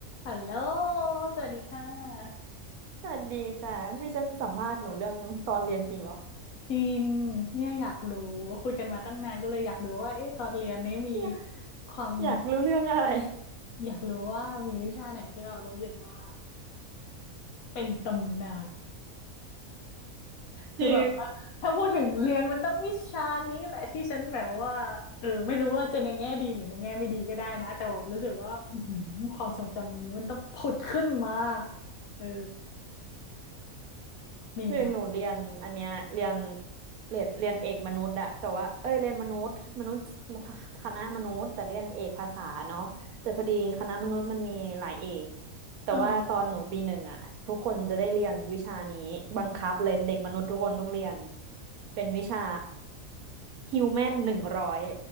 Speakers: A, on the left; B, on the right.
A: ฮัลโหลสวัสดีค่ะ
B: สวัสดีค่ะพี่จะสัมภาษณ์หนูเรื่องตอนเรียนจริงเหรอ
A: จริงเนี่ยอยากรู้คุยกันมาตั้งนานก็เลยอยากรู้ว่าเอ๊ะตอนเรียนเนี่ยมี
B: เนี่ย
A: ความ
B: อยากรู้เรื่องอะไร
A: อยากรู้ว่ามีวิชาไหนที่เรารู้สึกว่าเป็นตำนานคือแบบว่าถ้าพูดถึงเรียนมันต้องวิชานี้แหละที่ฉันแบบว่าเออไม่รู้ว่าจะในแง่ดีหรือในแง่ไม่ดีก็ได้นะแต่แบบรู้สึกว่าอื้อหือความทรงจำนี้มันต้องผุดขึ้นมา
B: คือ
A: เออมีไหม
B: คือหนูเรียนอันเนี้ยเรียนเรียนเรียนเอกมนุษย์อะแต่ว่าเอ้ยเรียนมนุษย์มนุษย์คณะมนุษย์แต่เรียนเอกภาษาเนาะแต่พอดีคณะมนุษย์มันมีหลายเอกแต่ว่าตอนหนูปีหนึ่งอะทุกคนจะได้เรียนวิชานี้บังคับเลยเด็กมนุษย์ทุกคนต้องเรียน
A: อ๋อ
B: เป็นวิชาฮิวแมนหนึ่งร้อย